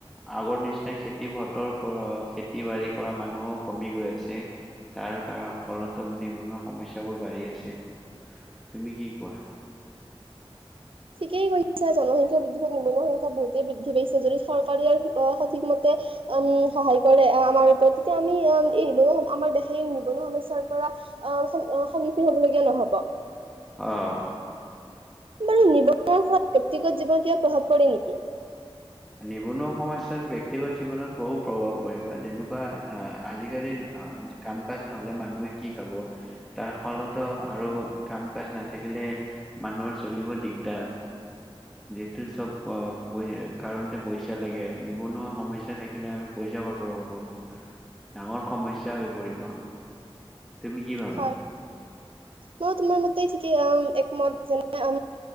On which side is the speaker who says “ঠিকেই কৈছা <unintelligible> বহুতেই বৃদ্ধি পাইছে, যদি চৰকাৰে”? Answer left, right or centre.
Right